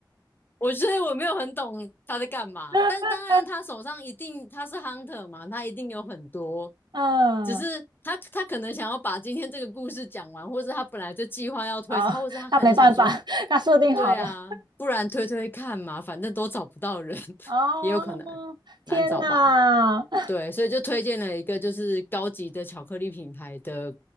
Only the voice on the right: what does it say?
<laughs>
嗯。
啊、
他没办法，<laughs> 他设定好了。
哦，
天哪，<laughs> 嗯